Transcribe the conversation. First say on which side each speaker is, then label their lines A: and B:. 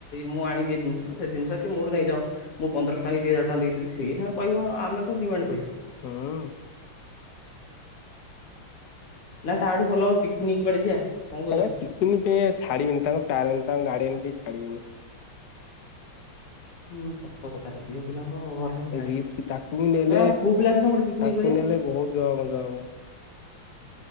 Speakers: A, on the left; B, on the left.
A: ମୁଁ ଆଣିବି ଏଇ ଜିନିଷ ସେ ଜିନିଷ କି ମୋଠୁ ନେଇଯାଅ। ମୁଁ ପନ୍ଦରଶହ ଟଙ୍କ ଦି ହାର ଟଙ୍କା ଦେଇଦବଛି ସେଇଙ୍ଗ କହିବ ଆମେ କେ ଡିମାଣ୍ଡ କରିବା।
B: ହୁଁ।
A: ନା ତାଠୁ ଭଲ ହବ ପିକନିକ କୁଆଡେ ଯିବା? କଣ କହୁଛ?
B: ଏ ପିକନିକ୍ ପାଇଁ ଛଡିବିନି ତାଙ୍କ୍ୟ ତାଙ୍କ ଗାଡିଆରେ କେହି ଛାଡିବିନି।
A: ହୁଁ ସତ କଥାରେ ଝିଅ ପିଲାଙ୍କ ଘର ଲୋକ ଛାଡିବେନି
B: ଏ ରିସ୍ ତାକୁ ବି ନେଲେ
A: ନା ପୁଅ ପିଲା ସିନା ଗୋଟେ ପିକନିକ୍
B: ତାଙ୍କୁ
A: କରିବା।
B: ନେଲେ ବହୁତ ଜବ ଜବ।